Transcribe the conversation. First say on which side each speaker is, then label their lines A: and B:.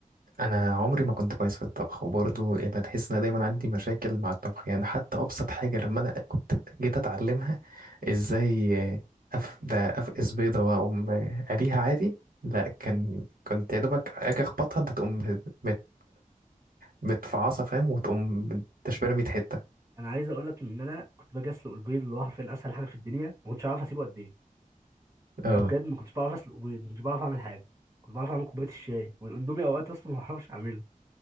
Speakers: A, on the right; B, on the right.
A: انا عمري ما كنت كويس في الطبخ وبرضه يعني تحس ان أنا دايما عندي مشاكل مع الطبخ يعني حتى ابسط حاجه لما انا كنت جيت اتعلمها ازاي أف... ده افقس بيضه واقوم قليها عادي لا كان
B: مم.
A: كنت يا دوبك اجي اخبطها انت تقوم مت... متفعصه فاهم وتقوم تشبيره 100 حته
B: انا عايز اقول لك ان انا كنت باجي اسلق البيض اللي هو حرفيا اسهل حاجه في الدنيا ما كنتش عارف اسيبه قد ايه
A: اه
B: انا بجد ما كنتش بعرف اسلق بيض ما كنتش بعرف اعمل حاجه كنت بعرف اعمل كوبايه الشاي والاندومي اوقات اصلا ما بعرفش اعمله